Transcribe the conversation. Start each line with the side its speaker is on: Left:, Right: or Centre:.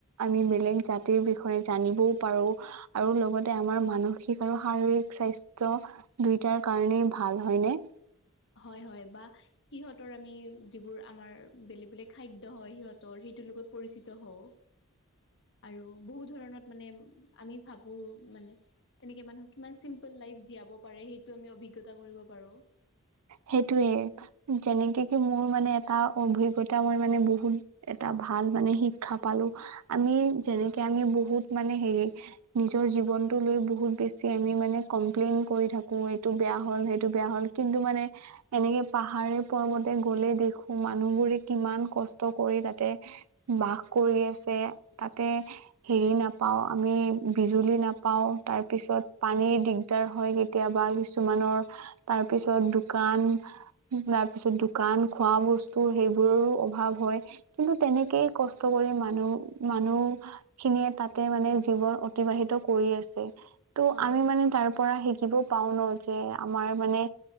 Right: আমি বেলেগ জাতিৰ বিষয়ে জানিবও পাৰোঁ। আৰু লগতে আমাৰ মানসিক আৰু শাৰীৰিক স্বাস্থ্য। দুইটাৰ কাৰণেই ভাল হয়নে?
Left: হয়, হয়, বা সিহঁতৰ আমি যিবোৰ আমাৰ বেলেগ বেলেগ। খাদ্য হয়, সিহঁতৰ সেইটোৰ লগত পৰিচিত হওঁ। আৰু বহু ধৰণত মানে আমি ভাবোঁ। মানে তেনেকে মানুহ কিমান চিন্তা পোল লাইফ জীয়াব পাৰে সেইটো আমি অভিজ্ঞতা কৰিব পাৰোঁ।
Right: সেইটোয়ে যেনেকে কি মোৰ মানে এটা অভিজ্ঞতা মই মানে বহুত। এটা ভাল মানে শিক্ষা পালোঁ। আমি যেনেকে আমি বহুত মানে হেৰি। নিজৰ জীৱনটো লৈ বহুত বেছি আমি মানে কমপ্লেইন কৰি থাকো, এইটো বেয়া হ'ল, সেইটো বেয়া হ'ল। কিন্তু মানে। এনেকে পাহাৰে পৰ্বতে গলে দেখো মানুহবোৰে কিমান কষ্ট কৰি তাতে। বাস কৰি আছে তাতে। হেৰি নাপাওঁ, আমি বিজুলী নাপাওঁ, তাৰপিছত পানী দি দিগাৰ হয় কেতিয়াবা কিছুমানৰ তাৰ পিছত দোকান। তাৰ পিছত দোকান, খোৱা বস্তু সেইবোৰৰো অভাৱ হয়। কিন্তু তেনেকেই কষ্ট কৰে মানুহ, মানুহ খিনিয়ে তাতে মানে জীৱন অতিবাহিত কৰি আছে। ত',
Left: হয়
Right: আমি
Left: হয়
Right: মানে তাৰ পৰা শিকিব পাওঁ ন যে, আমাৰ মানে